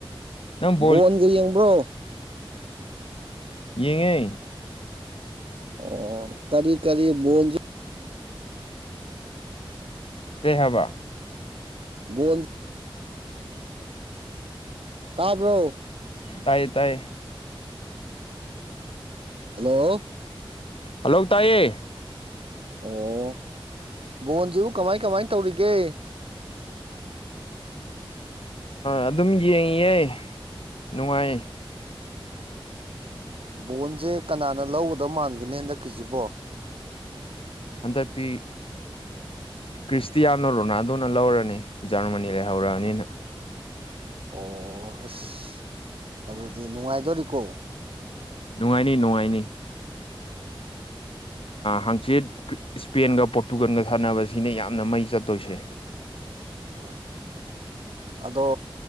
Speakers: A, on the left (about 75°); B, on the right (about 75°).
A: ꯅꯪ
B: ꯕꯣꯟꯒ ꯌꯦꯡꯕ꯭ꯔꯣ
A: ꯌꯦꯉꯏ
B: ꯑꯣ ꯀꯔꯤ ꯀꯔꯤ ꯃꯣꯟꯖ
A: ꯁꯍꯕ
B: ꯕꯣꯟ ꯇꯥꯕ꯭ꯔꯣ
A: ꯇꯌꯦ ꯇꯌꯦ
B: ꯍꯜꯂꯣ
A: ꯍꯜꯂꯣ ꯇꯌꯦ
B: ꯑꯣ ꯕꯣꯟꯁꯤꯕꯨ ꯀꯃꯥꯏ ꯀꯃꯥꯏ ꯇꯧꯔꯤꯒꯦ
A: ꯑꯗꯨꯝ ꯌꯦꯡꯉꯑꯦ ꯅꯨꯡꯉꯥꯏ
B: ꯕꯣꯟꯁꯦ ꯀꯅꯥꯅ ꯂꯧꯒꯗꯕ ꯃꯥꯟꯒꯦꯅꯦ ꯍꯟꯗꯛꯀꯤꯁꯤꯕꯣ
A: ꯍꯟꯗꯛꯇ ꯈ꯭ꯔꯤꯁꯇꯤꯌꯥꯅꯣ ꯔꯣꯅꯥꯜꯗꯣꯅ ꯂꯧꯔꯅꯤ ꯖꯔꯃꯅꯤ ꯂꯩꯍꯧꯔꯛꯑꯅꯤꯅ
B: ꯑꯣ ꯑꯁ ꯑꯗꯨꯗꯤ ꯅꯨꯡꯉꯥꯏꯗꯣꯔꯤꯀꯣ
A: ꯅꯨꯡꯉꯥꯏꯅꯤ ꯅꯨꯡꯉꯥꯏꯅꯤ
B: ꯍ
A: ꯍꯥꯡꯆꯤꯠ ꯏꯁꯄꯦꯟꯒ ꯄꯣꯔꯇꯨꯒꯜꯒ ꯁꯥꯟꯅꯕꯁꯤꯅ ꯌꯥꯝꯅ ꯃꯩ ꯆꯠꯇꯣꯏꯁꯦ
B: ꯎ ꯑꯗꯣ